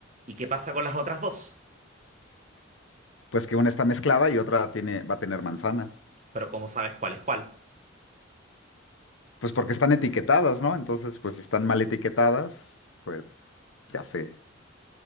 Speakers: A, on the right (about 40°); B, on the left (about 80°).
A: ¿Y qué pasa con las otras dos?
B: Pues que una está mezclada y otra tiene, va a tener manzanas.
A: Pero ¿cómo sabes cuál es cuál?
B: Pues porque están etiquetadas, ¿no? Entonces, pues si están mal etiquetadas, pues ya sé,